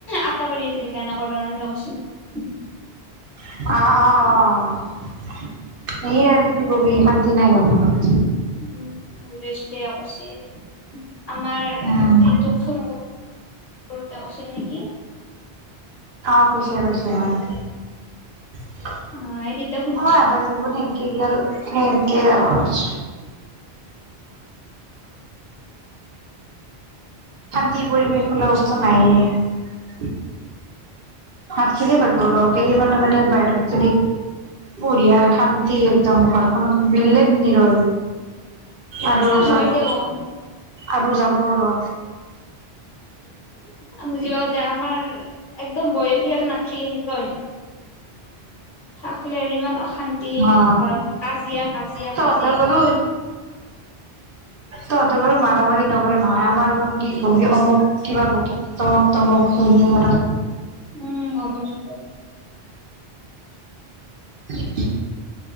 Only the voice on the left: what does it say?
আটা মাৰি আছিল কাৰণে কৰবাৰ এনকে কৈছিলে।
উম <unintelligible> দে কৈছিল আমাৰ
এইটোক ফোন কৰোতে কৈছিল নি
অ এই তেতিয়া সুধিছিলো
উম
অ হয়
দে অ
<unintelligible> বুজিপাব দে আমাৰ একদম বয়সীয়াল নাথখিলি সেনেকুৱা হৈ থাকিলে আৰু ইমান অশান্তি
ঘৰত কাজিয়া কাজিয়া
কাজিয়া
আ
উম গম পাইছো